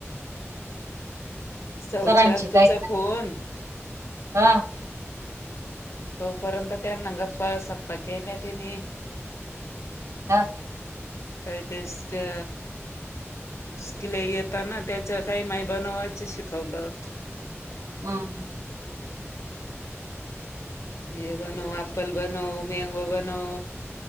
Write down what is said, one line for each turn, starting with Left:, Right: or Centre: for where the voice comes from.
Left: सवची
Right: सरांची
Left: आत्तूचा
Right: गाय
Left: फोन
Right: हा. <inaudible>
Left: तोपर्यंत त्यांना गप्पा सप्पा केल्या तिनी‌.
Right: हा
Left: काही तेच का. शिकले येताना त्याच काही माय बनवायच शिकवलं.
Right: हम.
Left: हे बनव ॲपल बनव मॅंगो बनव.